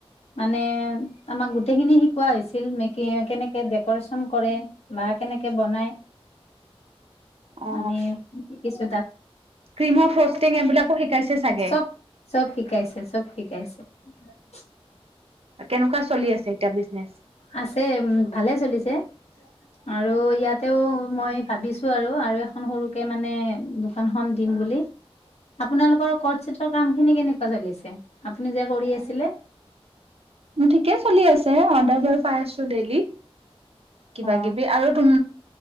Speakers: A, on the left (about 85°); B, on the right (about 70°).
A: মানে আমাক গোটেইখিনি শিকোৱা হৈছিল মেক কেনেকে ডেক'ৰেচন কৰে বা কেনেকে বনাই
B: অ
A: আমি কি কিছু
B: ক্ৰীমৰ ফষ্টিং এইবিলাকো শিকাইছে চাগে
A: চব চব শিকাইছে চব শিকাইছে <unintelligible>
B: কেনেকুৱা চলি আছে এতিয়া বিজনেচ
A: আছে উ ভালে চলিছে আৰু ইয়াতেও মই ভাবিছোঁ আৰু আৰু এখন সৰুকে মানে দোকানখন দিম বুলি আপোনালোকৰ কৰ্ট চিটৰ কামখিনি কেনেকুৱা চলিছে আপুনি যে কৰি আছিলে
B: ঠিকেই চলি আছে আ ম পাই আছছো দি কিবা
A: অ
B: কিবি আৰু তুম